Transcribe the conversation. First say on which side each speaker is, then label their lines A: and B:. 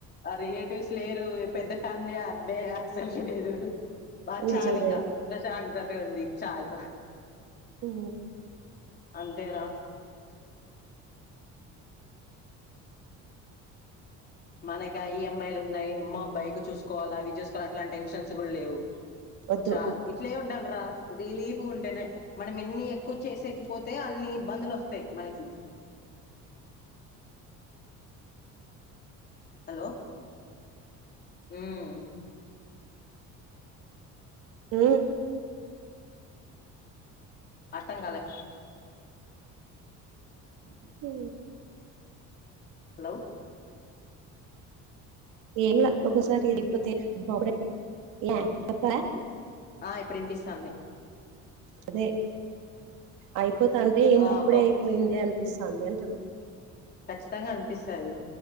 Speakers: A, on the left (about 30°); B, on the right (about 80°).
A: ఆ రిలేటివ్స్ లేరు పెద్ద ఫ్యామిలీ అబ్బే అసలికి లేదు బా
B: నిజమే
A: చాలింగ ప్రచాంత తే ఉంది చాలు
B: ఉ
A: అంతేరా మనకి ఆ ఈఎమ్మైలు ఉన్నాయి అమ్మో బైక్ చూసుకోవాలి అవి చూసుకోవాలి అట్లాంటి టెన్షన్స్ కూడా లేవు
B: వద్దు
A: చాలు ఇట్లే ఉండాలరా రిలీఫ్గా ఉంటేనే మనం ఎన్ని ఎక్కువ చేసేక పోతే అన్ని ఇబ్బందులు వస్తాయి మనకి హలో హ <inaudible>
B: హ
A: అతంకాలే
B: హహు
A: హలో
B: ఏన్లే ఒకసారి ఇరిపోతే బ ఏ చెప్పవ
A: ఆ ఇప్పుడు ఇనిపిస్తాంది
B: అదే అయిపోతా అంటే ఏంది
A: ఆ
B: అప్పుడే
A: ఒక
B: అయిపోయింది అనిపిస్తుంది అంటన
A: కచ్చి త్తంగా అనిపిస్తాది